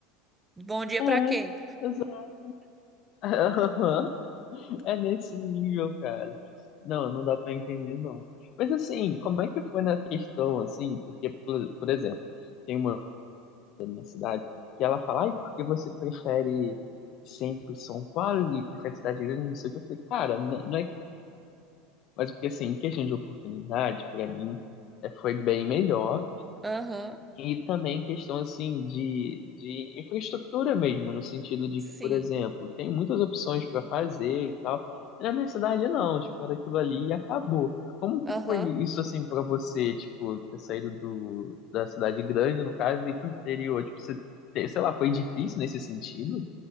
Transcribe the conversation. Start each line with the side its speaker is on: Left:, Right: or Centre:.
Right: bom dia
Left: é,
Right: pra quem?
Left: exato. <laughs> É nesse nível, cara. Não, não dá pra entender, não. Mas assim, como é que foi na questão, assim? Porque, por, por exemplo, tem uma cidade. Que ela fala, ai, por que você prefere sempre São Paulo e prefere cidade grande, não sei o que. Eu falei, cara, n- não é. Mas porque assim, em questão de oportunidade, pra mim, é, foi bem melhor.
Right: Aham,
Left: E também questão assim de, de infraestrutura mesmo, no sentido de
Right: sim.
Left: que, por exemplo, tem muitas opções para fazer e tal. E na minha cidade não, tipo, era aquilo ali e acabou. Como que
Right: Aham.
Left: foi isso assim para você, tipo, ter saído do, da cidade grande, no caso, e ir pro interior? Tipo, você ter, sei lá, foi difícil nesse sentido